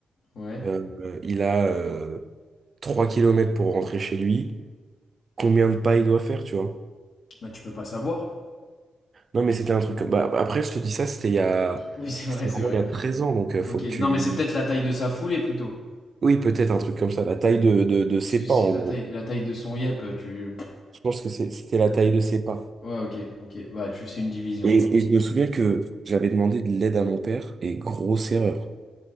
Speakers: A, on the left; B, on the right.
A: Ouais.
B: Euh, euh, il a euh, 3 km pour rentrer chez lui. Combien de pas il doit faire, tu vois?
A: Bah, tu peux pas savoir. <laughs>
B: Non, mais c'était un truc. comme- Bah, bah, après, je te dis ça, c'était il y a...
A: Oui, c'est vrai,
B: c'était
A: c'est
B: vraiment
A: vrai.
B: il y a 13 ans, donc euh, faut
A: Ok,
B: que
A: non,
B: tu.
A: mais c'est peut-être la taille de sa foulée plutôt.
B: Oui, peut-être un truc comme ça, la taille de, de, de ses
A: Parce que c'est
B: pas, en
A: la
B: gros.
A: taille, la taille de son yep, tu.
B: Je pense que c'est- c'était la taille de ses pas.
A: Ouais, ok, ok. Bah, tu, c'est une division,
B: Et,
A: quoi.
B: et je me souviens que j'avais demandé de l'aide à mon père, et grosse erreur.